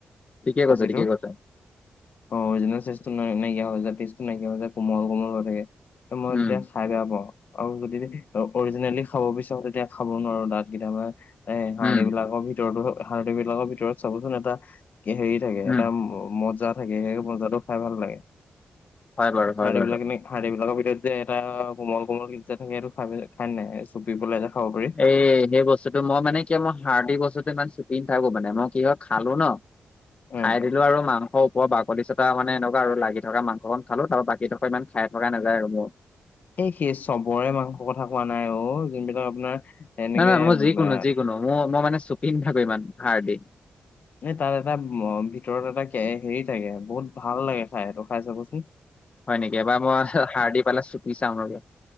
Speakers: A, on the left; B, on the left.
A: ঠিকে
B: খাচীটোৰ
A: কৈছা, ঠিকে কৈছা।
B: অ', অৰিজিনেল টেষ্টটো নাইকিয়া হৈ টেষ্টটো নাইকিয়া হৈ যে কোমল, কোমল হৈ থাকে মই
A: উম
B: খাই বেয়া পাওঁ, আৰু যদি অৰিজিনেলি খাব বিচাৰো তেতিয়া খাব নোৱাৰো দাত কেইটা পৰা। এ হাৰ্ডি
A: উম
B: বিলাকৰ ভিতৰতো হাৰ্ডি বিলাকৰ ভিতৰত চাবচোন এটা হেৰিত থাকে
A: উম
B: এটা মজা থাকে সেই মজাটো খাই ভাল লাগে
A: হয় বাৰু হয়
B: হাৰ্ডি
A: বাৰু
B: বিলাক নেকি হাৰ্ডি বিলাকৰ ভিতৰত যে এটা কোমল, কোমল ক যে থাকে সেইটো খাই নাই চুপিব পেলাই যায় খাব পাৰি।
A: এ সেই বস্তুতটো মই মানে কি মই হাৰ্ডি বস্তুটো ইমান চুপি নাথাকো মানে মই কি হয় খালোঁ ন
B: উম
A: খাই দিলোঁ আৰু মাংস বাকলি চতা মানে এনেকুৱা আৰু লাগি থকা মাংস খালোঁ আৰু বাকী থকা ইমান খাই থকাই নাযায় আৰু মোৰ।
B: এই সে চবৰে মাংসৰ কথা কোৱা নাই অ', যোনবিলাক আপোনাৰ এনেকে
A: নাই, নাই মই যিকোনো
B: বা
A: যিকোনো মোৰ মই মানে চুপি নাথাকোঁ ইমান হাৰ্ডি
B: এ তাত এটা ভিতৰত এটা হেৰি থাকে, বহুত ভাল লাগে খাই, এইটো খাই চাবচোন।
A: হয় নেকি, এবাৰ মই হাৰ্দি পালে চুপি চাম ৰবা।